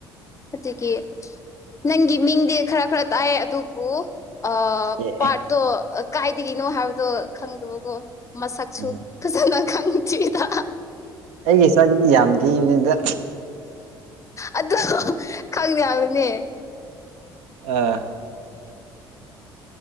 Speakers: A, on the left; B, on the right.
A: ꯑꯗꯨꯒꯤ ꯅꯪꯒꯤ ꯃꯤꯡꯗꯤ ꯈꯔ ꯈꯔ ꯇꯥꯏꯑꯦ ꯑꯗꯨꯕꯨ ꯑ
B: ꯑꯦ
A: ꯄꯥꯔꯠꯇꯣ ꯀꯥꯏꯗꯒꯤꯅꯣ ꯍꯥꯏꯕꯗꯣ ꯈꯪꯗꯕꯀꯣ ꯃꯁꯛꯁꯨ
B: ꯎꯝ
A: ꯐꯖꯅ ꯈꯪꯗ꯭ꯔꯤꯗ
B: ꯑꯩꯒꯤ ꯁꯛꯗꯤ ꯌꯥꯝ ꯊꯤꯕꯅꯤꯗ
A: ꯑꯗꯨ ꯈꯪꯗꯦ ꯍꯥꯏꯕꯅꯦ
B: ꯑꯥ